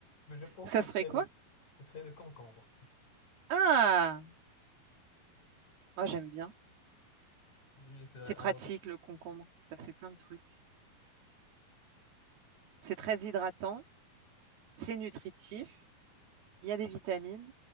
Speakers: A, on the left; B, on the right.
A: mais je pense
B: Ça
A: que
B: serait
A: ce serait
B: quoi?
A: le... Ce serait le concombre.
B: Ah, moi j'aime bien.
A: Lui, il serait
B: C'est pratique
A: arrogant.
B: le concombre, ça fait plein de trucs. C'est très hydratant, c'est nutritif, il y a des vitamines.